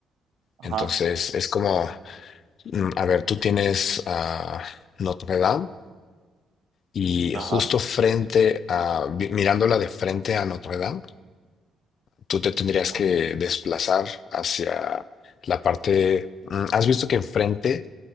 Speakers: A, on the right (about 70°); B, on the left (about 60°).
A: Ajá,
B: Entonces, es como. Mm, A ver, tú tienes a Notre Dame y
A: ajá,
B: justo frente a, vi- mirándola de frente a Notre Dame, tú te tendrías
A: ajá.
B: que desplazar hacia la parte... mm, ¿Has visto que enfrente